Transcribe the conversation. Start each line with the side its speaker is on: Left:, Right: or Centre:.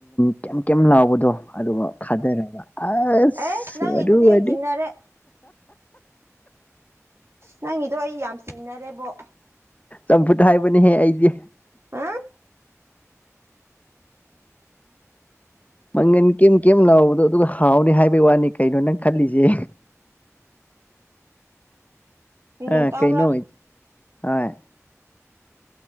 Left: ꯀꯩ ꯀꯩꯌꯥꯝ ꯂꯥꯎꯕꯗꯣ ꯑꯗꯨꯒ ꯈꯥꯗꯔꯔꯕ ꯑꯁ
Right: ꯑꯦꯁ ꯅꯪꯒꯤꯗꯨꯗꯤ
Left: ꯑꯣꯏ ꯑꯣꯏꯗꯤ
Right: ꯑꯩ ꯆꯤꯡꯅꯔꯦ ꯅꯪꯒꯤꯗꯣ ꯑꯩ ꯌꯥꯝ ꯆꯤꯡꯅꯔꯦꯕꯣ
Left: ꯆꯝꯐꯨꯠ ꯍꯥꯏꯕꯅꯦꯍꯦ ꯑꯩꯗꯤ
Right: ꯑ
Left: ꯃꯪꯒꯟ ꯀꯔꯤꯝ ꯀꯦꯝꯝ ꯂꯥꯎꯕꯗꯣ ꯑꯗꯨꯒ ꯍꯥꯎꯅꯤ ꯍꯥꯏꯕꯒꯤ ꯋꯥꯅꯤ ꯀꯩꯅꯣ ꯅꯪ ꯈꯜꯂꯤꯁꯦ
Right: ꯎꯝ
Left: ꯑ
Right: ꯇꯥꯕ꯭ꯔ
Left: ꯀꯩꯅꯣ ꯍꯣꯏ